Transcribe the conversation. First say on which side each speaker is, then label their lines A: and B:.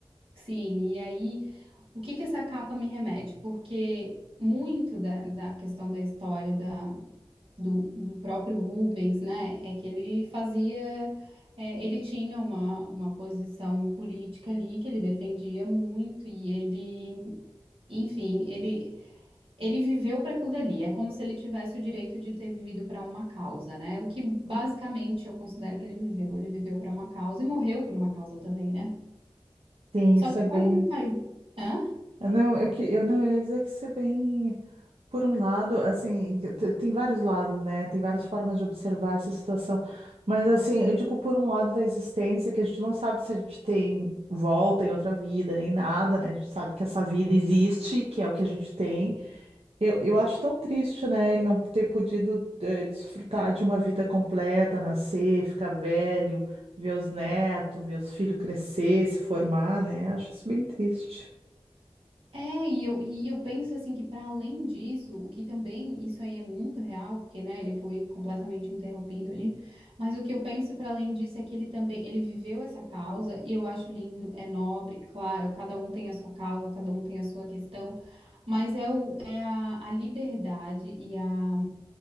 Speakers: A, on the right; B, on the right.
A: Sim, e aí, o que que essa capa me remete? Porque muito da, da questão da história da, do, do próprio Rubens, né, é que ele fazia. é, ele tinha uma, uma posição política ali que ele defendia muito, e ele, enfim, ele, Ele viveu para aquilo dali, é como se ele tivesse o direito de ter vivido para uma causa, né? O que basicamente eu considero que ele viveu. Ele viveu para uma causa e morreu por uma causa também, né?
B: Sim,
A: Só
B: isso
A: que
B: é bem.
A: quando ele faz. Hã?
B: Eu Não, eu, que- eu não ia dizer que isso é bem. Por um lado, assim, que te- tem vários lados, né? Tem várias formas de observar essa situação. Mas, assim, eu digo por um lado da existência, que a gente não sabe se a gente tem volta em outra vida, nem nada, né? A gente sabe que essa vida existe, que é o que a gente tem. Eu, eu acho tão triste, né? ele Não ter podido, eh, desfrutar de uma vida completa, nascer, ficar velho, ver os netos, ver os filhos crescer, se formar, né? Acho isso bem triste.
A: É, e eu, e eu penso assim que para além disso, o que também, isso aí é muito real, porque né, ele foi completamente interrompido ali, mas o que eu penso para além disso é que ele também, ele viveu essa causa e eu acho lindo, é nobre, claro, cada um tem a sua causa, cada um tem a sua questão, mas é, o, é a, a liberdade e a